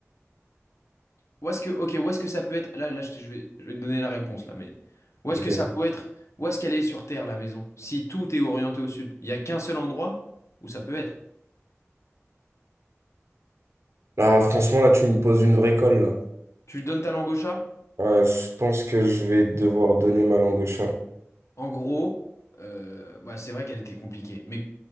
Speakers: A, on the left (about 70°); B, on the right (about 65°).
A: Où est-ce que, ok, où est-ce que ça peut être? Là, là, je te- je vais, je vais te donner la réponse là, mais où est-ce
B: ok.
A: que ça peut être? Où est-ce qu'elle est sur Terre, la maison? Si tout est orienté au sud, il n'y a qu'un seul endroit où ça peut être.
B: Ah, franchement, là, tu me poses une vraie colle, là.
A: Tu donnes ta langue au chat?
B: Ouais, je pense que je vais devoir donner ma langue au chat.
A: En gros, euh, bah, c'est vrai qu'elle était compliquée, mais